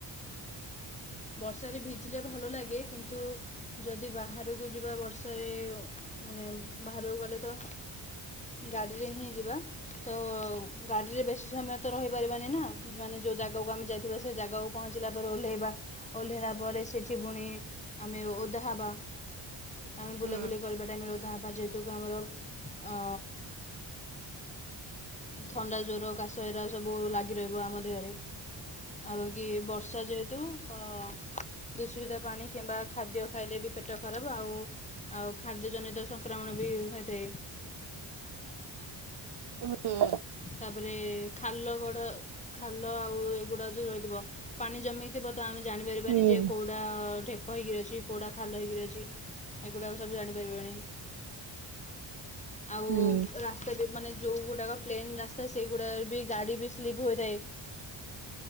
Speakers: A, on the left; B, on the right.
A: ବର୍ଷାରେ ଭିଜିଲେ ଭଲ ଲାଗେ, କିନ୍ତୁ ଯଦି ବାହାରକୁ ଯିବା ବର୍ଷାରେ ମାନେ ବାହାରକୁ ଗଲେ ତ, ଗାଡିରେ ହିଁ ଯିବା। ତ ଗାଡ଼ିରେ ବେଶୀ ସମୟ ତ ରହିପାରିବାନି ନା, ମାନେ ଯୋଉ ଜାଗାକୁ ଆମେ ଯାଇଥିବା ସେ ଜାଗାକୁ ପହଞ୍ଚିଲା ପରେ ଓହ୍ଲେଇବା। ଓହ୍ଲେଇଲା ପରେ ସେଠି ପୁଣି ଆମେ ଓଦା ହବା। ଆମେ
B: ହୁଁ
A: ବୁଲାବୁଲି କରି ଟାଇମ୍ ରେ ଓଦା ହବା ଯେହେତୁ କି ଆମର ଅ ଥଣ୍ଡା, ଜ୍ୱର, କାଶ ଏରା ସବୁ ଲାଗି ରହିବ ଆମ ଦେହରେ। ଆଉ ଵାକିି ବର୍ଷା ଯେହେତୁ କ ଦୂଷିତ ପାଣି କିମ୍ବା ଖାଦ୍ୟ ଖାଇଲେ ବି ପେଟ ଖରାପ ଆଉ ଆଉ ଖାଦ୍ୟ ଜନିତ ସଂକ୍ରମଣ ବି ହୋଇଥାଏ।
B: ହୁଁ।
A: ତାପରେ ଖାଲ ଗଡ଼ ଖାଲ ଆଉ ଏଗୁଡ଼ା ଯେଉ ରହିଥିବ ପାଣି ଜମେଇ ଆମେ ଜାଣିପାରିବାନି
B: ହୁଁ।
A: ଯେ କୋଉ କଉଁଡ଼ା ଢେପ ହେ ହୋଇକିରି ଅଛି କଉଁଡ଼ା ଖାଲ ହେଇକିରି ଅଛି ଏଗୁଡ଼ାକ ସବୁ ଜାଣିପାରିବାନି। ଆଉ
B: ହୁଁ
A: ରାସ୍ତା ବି ମାନେ ଯୋଉ ଗୋଟାକ ପ୍ଲେନ୍ ରାସ୍ତା ସେଗୁଡ଼ାରେ ବି ଗାଡ଼ି ବି ସ୍ଲିପ୍ ହୋଇଥାଏ।